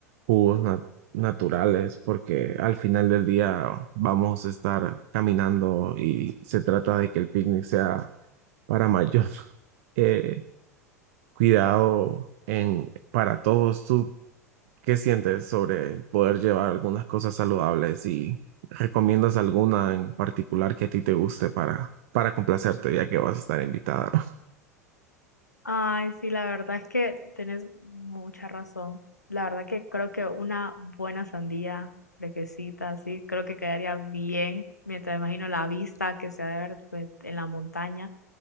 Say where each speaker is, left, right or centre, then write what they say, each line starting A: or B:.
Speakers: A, on the right (about 55°); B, on the left (about 90°).
A: jugos na- naturales, porque al final del día vamos a estar caminando y se trata de que el picnic sea para mayor <laughs> eh, cuidado en, para todos. ¿Tú ¿Qué sientes sobre poder llevar algunas cosas saludables y recomiendas alguna en particular que a ti te guste para, para complacerte, ya que vas a estar invitada?
B: Ay, sí, la verdad es que tienes mucha razón. La verdad que creo que una buena sandía fresquecita, así, creo que quedaría bien. Mientras imagino la vista que se ha de ver pues, en la montaña,